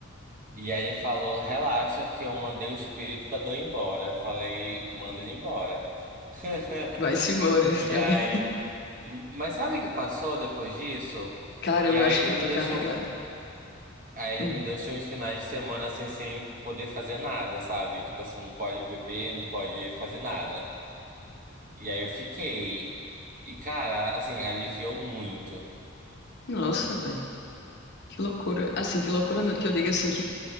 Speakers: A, on the right; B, on the left.
A: E aí ele falou, relaxa que eu mandei o espírito da dor embora. Eu falei, manda ele embora. <laughs>
B: Vai-se embora. <laughs> sabe?
A: E aí. Mas sabe o que passou depois disso?
B: Caramba,
A: E aí
B: eu acho
A: ele
B: que
A: me
B: eu tô
A: deixou.
B: carregada.
A: Aí
B: Hum.
A: ele me deixou uns finais de semana assim, sem poder fazer nada, sabe? Tipo assim, não pode beber, não pode fazer nada. E aí eu fiquei. E cara, assim, aliviou muito.
B: Nossa, velho. Que loucura. Assim, que loucura não- que eu diga assim que,